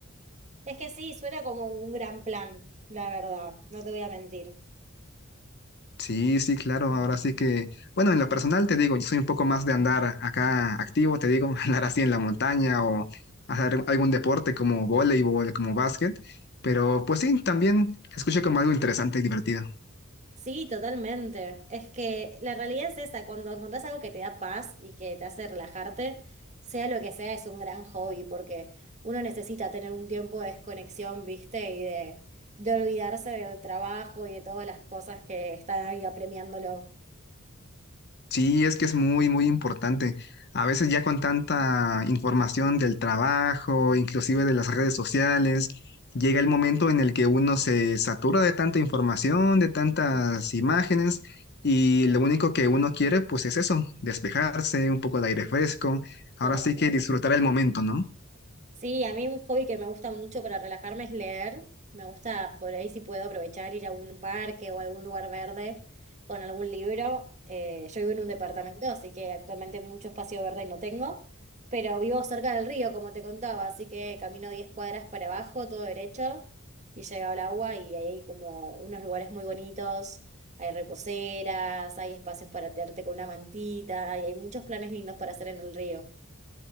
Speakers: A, on the right; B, on the left.
A: es que sí, suena como un gran plan, la verdad, no te voy a mentir.
B: Sí, sí, claro. Ahora sí que, bueno, en lo personal te digo, yo soy un poco más de andar acá activo, te digo, <laughs> andar así en la montaña o hacer algún deporte como voleibol, como básquet. Pero pues sí, también escucho como algo interesante y divertido.
A: Sí, totalmente. Es que la realidad es esa, cuando encontrás algo que te da paz y que te hace relajarte, sea lo que sea, es un gran hobby, porque uno necesita tener un tiempo de desconexión, ¿viste? Y de, de olvidarse del trabajo y de todas las cosas que están ahí apremiándolo.
B: Sí, es que es muy, muy importante. A veces ya con tanta información del trabajo, inclusive de las redes sociales, llega el momento en el que uno se satura de tanta información, de tantas imágenes, y lo único que uno quiere, pues es eso, despejarse, un poco de aire fresco.
A: Totalmente.
B: Ahora sí que disfrutar el momento, ¿no?
A: Sí, a mí un hobby que me gusta mucho para relajarme es leer. Me gusta por ahí si puedo aprovechar ir a un parque o a algún lugar verde con algún libro. Eh, yo vivo en un departamento, así que actualmente mucho espacio verde no tengo, pero vivo cerca del río, como te contaba, así que camino 10 cuadras para abajo, todo derecho, y llego al agua y ahí hay como unos lugares muy bonitos, hay reposeras, hay espacios para tirarte con una mantita y hay muchos planes lindos para hacer en el río.